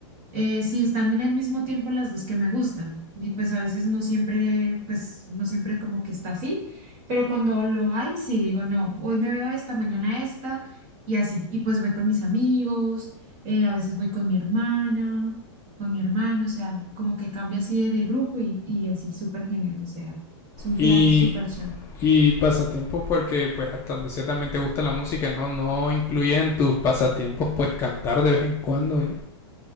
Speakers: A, on the right (about 40°); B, on the left (about 20°).
A: eh, si están en el mismo tiempo las dos que me gustan. Y pues a veces no siempre, pues no siempre como que está así, pero cuando lo hay, sí digo, no, hoy me veo esta, mañana esta, y así. Y pues voy con mis amigos, eh, a veces voy con mi hermana, con mi hermano, o sea, como que cambia así de, de grupo y, y así, súper genial, o sea, es un
B: Y,
A: plan súper chévere.
B: y pasatiempo porque pues hasta donde sé te gusta la música, ¿no? No incluyes en tus pasatiempos pues cantar de vez en cuando. ¿eh?